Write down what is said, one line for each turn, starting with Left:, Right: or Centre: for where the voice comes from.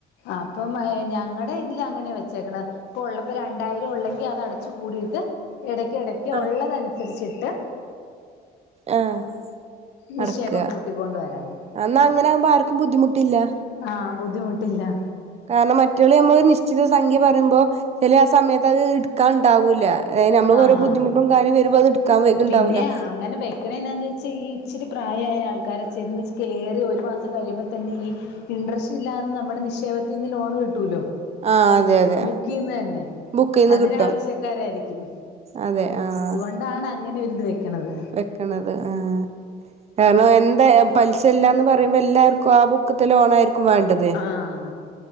Left: അപ്പം ഞങ്ങടെ ഇതില് അങ്ങനെ വെച്ചേക്കണെ ഇപ്പൊ ഒള്ളപ്പോ രണ്ടായിരെ ഒള്ളെങ്കി അത് അടച്ച് കൂടീട്ട് എടയ്ക്കെടക്ക്
Right: ആ
Left: ഒള്ളതനുസരിച്ചിട്ട്
Right: ആഹ്
Left: നിക്ഷേപം
Right: അടക്കാ
Left: കൂട്ടിക്കൊണ്ട് വരാന്
Right: എന്നാ അങ്ങനാവുമ്പം ആർക്കും ബുദ്ധിമുട്ടില്ലാ
Left: ആഹ് ബുദ്ധിമുട്ടില്ലാ
Right: കാരണം മറ്റൊളി നമ്മള് ഒരു നിശ്ചിത സംഖ്യ പറയുമ്പോ ചെല സമയത്ത് അത് ഇട്ക്കാണ്ടാവൂലാ അയി ഞമ്മൾക്കോരോ
Left: ആഹ്
Right: ബുദ്ധിമുട്ടും കാര്യോം വരുമ്പോ അതെടുക്കാ വെക് ഇത്ണ്ടാവൂല്ലാ
Left: പിന്നെ അങ്ങനെ വെക്കണ എന്നാന്ന് വെച്ചാ ഈ ഇച്ചിരി പ്രായായ ആൾക്കാരെ ചെന്ന് കേറി ഒരു മാസം കഴിയുമ്പ തന്നെ ഈ ഇൻട്രസ്റ്റ് ഇല്ലാതെ നമ്മടെ നിക്ഷേപത്തിന്ന് ലോണ് കിട്ടൂലോ
Right: ആ അതെ അതെ
Left: ബുക്കീന്ന് തന്നെ
Right: ബുക്കീന്ന്
Left: അതിനാവശ്യക്കാരായിരിക്കും
Right: കിട്ടും അതെ ആഹ്
Left: ണ്ടാണ് അങ്ങനൊരിത് വെക്കണത്
Right: വെക്കണത് ആഹ് കാരണം എന്താ പലിശില്ലാന്ന് പറയുമ്പ എല്ലാർ ക്കും ആ ബുക്ക്ത്തെ ലോണായിരിക്കും വേണ്ടത്
Left: ആഹ്